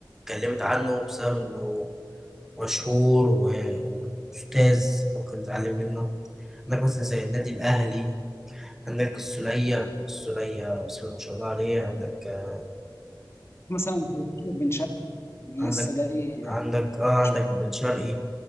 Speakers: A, in the centre; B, on the left (about 35°).
A: اتكلمت عنه بسبب إنه مشهور و- وأستاذ ممكن تتعلم منه عندك مثلا زي النادي الأهلي عندك السولية السولية بسم الله ما شاء الله عليه عندك آه،
B: مثلا زي أشرف بن شرقي اللي
A: عندك
B: لسه جاي يعني
A: عندك اه عندك
B: مش
A: بن شرقي